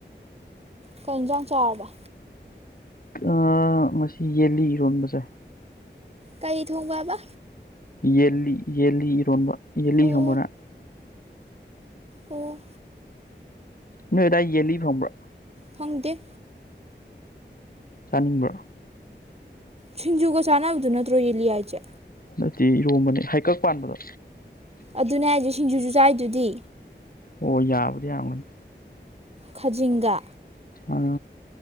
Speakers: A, on the right; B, on the left.
A: ꯀꯩ ꯏꯟꯖꯥꯡ ꯆꯥꯔꯕ꯫
B: ꯑ ꯉꯁꯤ ꯌꯦꯟꯂꯤ ꯏꯔꯣꯟꯕ ꯆꯥꯏ꯫
A: ꯀꯩ ꯊꯣꯡꯕ ꯕ꯫
B: ꯌꯦꯜꯂꯤ ꯌꯦꯜꯂꯤ ꯏꯔꯣꯟꯕ ꯌꯦꯜꯂꯤ
A: ꯑꯣ
B: ꯈꯪꯕ꯭ꯔꫭ ꯅꯪ꯫
A: ꯑꯣ꯫
B: ꯅꯣꯏ ꯑꯗꯥꯏ ꯌꯦꯜꯂꯤ ꯐꯪꯕ꯭ꯔꯣ꯫
A: ꯐꯪꯗꯦ꯫
B: ꯆꯥꯅꯤꯡꯕ꯭ꯔꯣ꯫
A: ꯁꯤꯡꯖꯨꯒ ꯆꯥꯟꯅꯕꯗꯨ ꯅꯠꯇ꯭ꯔꯣ ꯌꯦꯜꯂꯤ ꯍꯥꯏꯁꯦ꯫
B: ꯅꯠꯇꯦ ꯏꯔꯣꯝꯕꯅꯦ ꯍꯩꯀꯛ ꯄꯥꯟꯕꯗꯣ꯫
A: ꯑꯗꯨꯅꯦ ꯍꯥꯏꯖꯦ ꯁꯤꯡꯖꯨꯖꯨ ꯆꯥꯏꯗꯨꯗꯤ꯫
B: ꯑꯣ ꯌꯥꯕꯨꯗꯤꯥ ꯌꯥꯔꯝꯒꯅꯤ꯫
A: ꯈꯖꯤꯡꯒ꯫
B: ꯑ